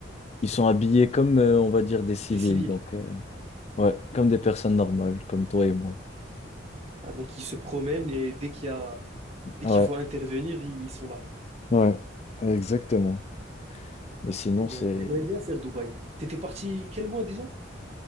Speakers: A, on the left; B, on the right.
A: ils sont habillés comme, euh, on va dire, des civils.
B: Des civils.
A: Donc, euh, ouais, comme des personnes normales, comme toi et moi.
B: Ah, donc ils se promènent et dès qu'il y a, dès
A: Ouais,
B: qu'il faut intervenir, ils sont là.
A: ouais, exactement. Mais sinon,
B: C'est bien.
A: c'est
B: J'aimerais bien faire Dubaï. T'étais parti quel mois déjà?